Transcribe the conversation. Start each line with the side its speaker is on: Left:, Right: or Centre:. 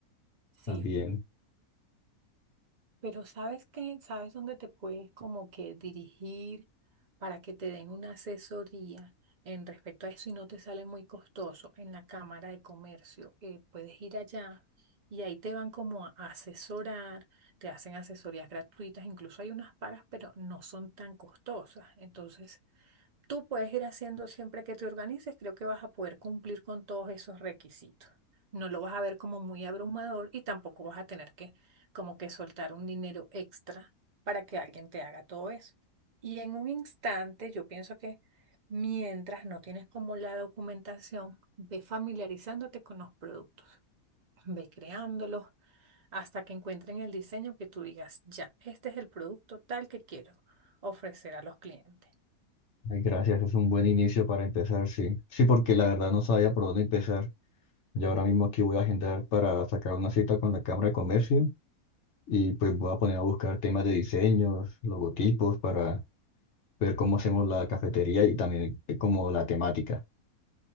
Right: Sí,
Left: también.
Right: Pero sabes que, sabes dónde te puedes como que dirigir para que te den una asesoría en respecto a eso y no te sale muy costoso en la Cámara de Comercio. Eh, puedes ir allá y ahí te van como a asesorar, te hacen asesorías gratuitas, incluso hay unas pagas, pero no son tan costosas. Entonces, tú puedes ir haciendo siempre que te organices, creo que vas a poder cumplir con todos esos requisitos. No lo vas a ver como muy abrumador y tampoco vas a tener que como que soltar un dinero extra para que alguien te haga todo eso. Y en un instante, yo pienso que mientras no tienes como la documentación, ve familiarizándote con los productos, ve creándolos hasta que encuentren el diseño que tú digas, ya, este es el producto tal que quiero ofrecer a los clientes.
Left: Ay, gracias, es un buen inicio para empezar, sí. Sí, porque la verdad no sabía por dónde empezar. Yo ahora mismo aquí voy a agendar para sacar una cita con la Cámara de Comercio y pues voy a poner a buscar temas de diseños, logotipos para ver cómo hacemos la cafetería y también eh, como la temática.